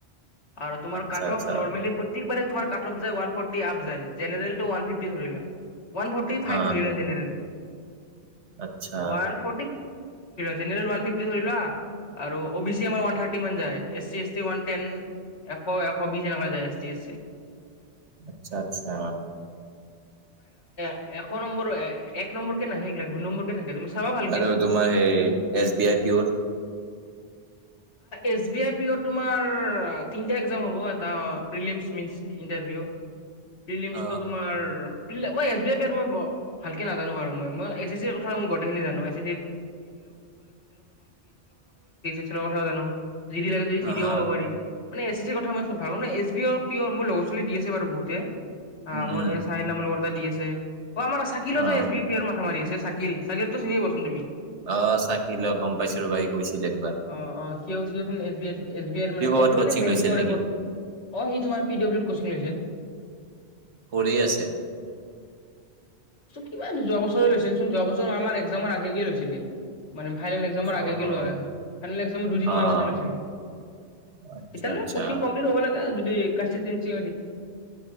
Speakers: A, on the left; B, on the right.
A: আৰু তোমাৰ
B: আচ্ছা
A: কাট
B: আচ্ছা
A: অফ নৰ্মেলি প্ৰত্যেকবাৰে তোমাৰ কাটফযে ওৱান ফৰটি আপ জাই জেনেৰেল টো ওৱান ফিভ টি ধৰি লোৱা ওৱান
B: অ
A: ফাইভ ধৰি ল জেনেৰেল
B: আচ্ছা
A: ওৱান <unintelligible> <unintelligible> জেনেৰেল ওৱান ফিভটি ধৰি লোৱা আৰু অ বি চি আমাৰ ওৱান থাৰ্টি মান যায় S T S T one ten এশ এশ বিছ যেনেকুৱা যায় এছ টি আছে
B: আচ্ছা আচ্ছা
A: অ <unintelligible> এশ নম্বৰ এক নম্বৰ কে নাহে এইগিলাক দুই নম্বৰক কে থাকে তুমি চাবা ভালকে
B: আৰু তোমাৰ সে এছ বি আই পিয়ৰ
A: এছ বি আই পিয়ৰ তোমাৰ তিনটা <unintelligible> হ'ব এটা <unintelligible> ইণ্টাৰভিউ প্ৰিলিমছটো
B: অ
A: তোমাৰ <unintelligible> ভালকে নাজানো বাৰু মই এ চি ৰ কথা মই গোটেইখিনি জানো এ চি <unintelligible> <unintelligible> জানো জি ডি লাগে যদি
B: হা
A: জি ডিও
B: হা
A: কব পাৰিম মানে এছ চিৰ কথা মই চব ভাল ন এছ বি আৰ পিয় মোৰ লগৰ ছোৱালি দি আছে বাৰু বহুতে আ
B: উম
A: মোৰ
B: উম
A: <unintelligible> <unintelligible> দি আছে অ', আমাৰ চাকিলেওতো
B: অ
A: এছ বি পি এৰ মাথা মাৰি আছে তে চাকিল, চাকিলকতো চিনিয়ে পোৱাচোন তুমি।
B: অ', চাকিল, অ, গম পাইছোঁ ৰ'বা। সি কৈছিল একবাৰ।
A: অ', অ। কিয়, এছ বি আই ছোন, এছ বি আইত এছ বি আইত
B: সি
A: মানে,
B: ক'ৰবাত
A: এছ বি আই
B: কচিং
A: মানে বেংকিঙৰ
B: লৈছিল নেকি
A: <unintelligible> অ' সি তোমাৰ পি ডব্লিউত কচিং লৈছে।
B: কৰি আছে?
A: কিবা, যোৱা বছৰে লৈছিল চোন যোৱা বছৰ আমাৰ একজামৰ আগে আগে লৈছিল সি। মানে ফাইনেল এক্সামৰ আগে
B: অ
A: আগে
B: অ
A: লোৱা <unintelligible> ইলেক্সনৰ দুই তিন
B: অ
A: মাহ আগতে
B: অ
A: লৈছিল সি।
B: আচ্ছা
A: এতিয়ালৈ
B: আচ্ছা
A: ক'চিং কমপ্লিট হ'ব লাগে, যদি কণষ্টিটিনচ <inaudible>